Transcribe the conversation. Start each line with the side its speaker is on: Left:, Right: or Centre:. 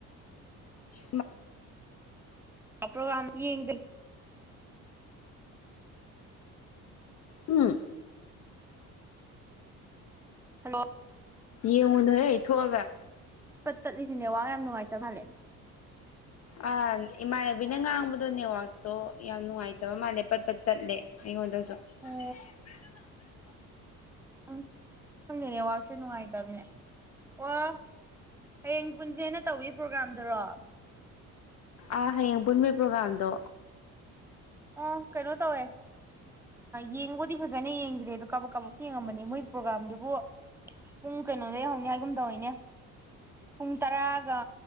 Left: ꯃꯥ
Centre: ꯄ꯭ꯔꯣꯒ꯭ꯔꯥꯝ ꯌꯦꯡꯗꯦ
Left: ꯎꯝ
Centre: ꯍꯜꯂꯣ
Left: ꯌꯦ ꯊꯣꯛꯑꯒ
Centre: ꯇꯠꯂꯤꯗꯨꯅꯦ ꯅꯦꯠꯋꯥꯛ ꯅꯨꯡꯉꯥꯏꯇꯕ ꯃꯥꯜꯂꯦ
Left: ꯑꯥ ꯏꯃꯥꯟꯅꯕꯤꯅ ꯉꯥꯡꯕꯗꯣ ꯅꯦꯠꯋꯥꯛꯇꯣ ꯌꯥꯝ ꯅꯨꯡꯉꯥꯏꯇꯕ ꯃꯥꯜꯂꯦ ꯄꯠꯄꯠ ꯇꯠꯂꯦ ꯑꯩꯉꯣꯟꯗꯁꯨ <unintelligible>
Centre: ꯑꯣ ꯎꯝ ꯈꯪꯗꯦ ꯅꯦꯠꯋꯥꯛꯁꯦ ꯅꯨꯡꯉꯥꯏꯇꯕꯅꯦ ꯑꯣ ꯍꯌꯦꯡ ꯄꯨꯟꯁꯦꯅ ꯇꯧꯏꯤ ꯄ꯭ꯔꯣꯒ꯭ꯔꯥꯝꯗꯨꯔꯣ
Left: ꯑꯥ ꯍꯌꯦꯡ ꯄꯨꯟꯕ ꯄ꯭ꯔꯣꯒ꯭ꯔꯥꯝꯗꯣ
Centre: ꯑꯣ ꯀꯩꯅꯣ ꯇꯧꯋꯦ ꯌꯦꯡꯕꯨꯗꯤ ꯐꯖꯅ ꯌꯦꯡꯗ꯭ꯔꯦ ꯑꯗꯣ ꯀꯕꯛ ꯀꯕꯨꯛꯇꯤ ꯌꯦꯡꯉꯝꯕꯅꯦ ꯃꯣꯏ ꯄ꯭ꯔꯣꯒ꯭ꯔꯥꯝꯗꯨꯕꯨ ꯄꯨꯡ ꯀꯩꯅꯣꯗꯒꯤꯩ ꯍꯧꯅꯤ ꯍꯥꯏꯒꯨꯝꯗꯧꯅꯦ ꯄꯨꯡ ꯇꯔꯥꯒ